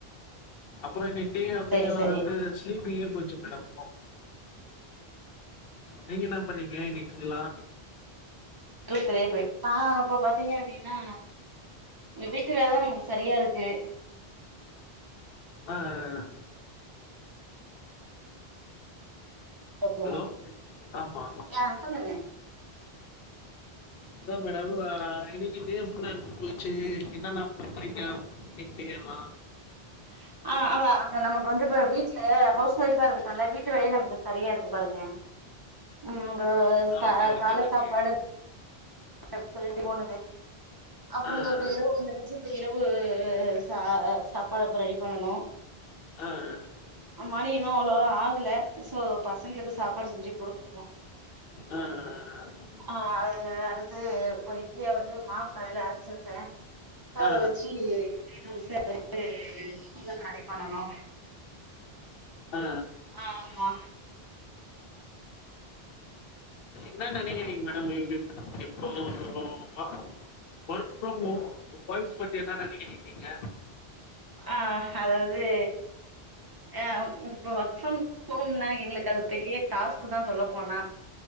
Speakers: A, on the left; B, on the right.
A: அப்றோ இனைக் டே அப்டியே
B: சரி சரி
A: வந்த அப்டியே ஸ்லீப்பிங்லியே போச்சு மேடம் நீங்கென்ன பண்ணீங்க இன்னிக்கு ஃபுல்லா
B: டு செரியா <unintelligible> இப்ப பாத்தீங்க அப்டினா எ வீட்டு வேலதா நமக்கு சரியா இருக்கு
A: ஆ ஆ ஆ
B: டக்கு
A: ஹலோ? ஆமா.
B: ஆ சொல்லுங்க
A: அதா மேடம் ஆ இன்னைக்கு டே ஃபுல்லா போச்சே என்னன்னா பண்றீங்க என்கிட்டயே ஆ
B: <inaudible> ஆ அதா அங்க நமக்கு வந்து இப்போ வீட்ல ஹவுஸ் ஒய்ஃப் ஆ இருக்கட்டுல்ல வீட்டு வேலையே நமக்கு சரியா இருக்கு பாருங்க உங்க
A: ஆ
B: சா
A: ஓகே, ஓகே,
B: கால
A: ஓகே.
B: சாப்பாடு <unintelligible> திரும்பி போனது அப்றோ
A: ஆ, ஆ,
B: இந்த இரவு வந்துருச்சி இப்ப இரவு சா சாப்பாடு இப்ப ரெடி பண்ணனு
A: ஆ ஆ
B: மணி இன்னு அவ்ளோவா ஆகல சோ பசங்களுக்கு சாப்பாடு செஞ்சி குடுக்கணு
A: ஆ ஆ ஆ
B: ஆ அது அடுத்து இப்ப இட்லியாவது மாவு காலைல அரச்சிருப்பே சோ
A: ஆ
B: அத
A: ஆ
B: வச்சி இட்லி தோச வந்து <unintelligible> பண்ணனு
A: ஆ ஆ
B: ஆ ஆமா
A: என்ன நெனைக்கிறீங்க மேடம் எப்போ மா ஒர்க் ப்ரம் ஹோம் பாய்ஸ் பத்தி என்ன நெனைக்ரீங் நீங்க
B: ஆ அதாவது ஆ இப்ப ஒர்க் ஃப்ரம் ஹோம்னா எங்களுக்கு அது பெரிய டாஸ்க் தா சொல்ல போனா